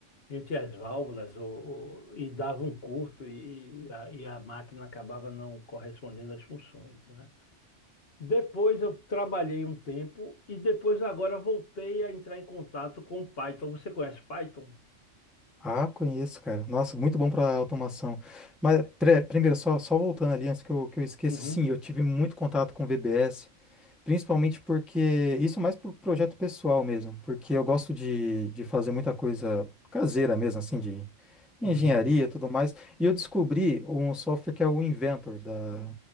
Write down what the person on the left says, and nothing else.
entre as válvulas ou, ou- e dava um curto e, e a, e a máquina acabava não correspondendo às funções, né? Depois eu trabalhei um tempo e depois agora voltei a entrar em contato com o Python. Você conhece Python?
Uhum,
uhum.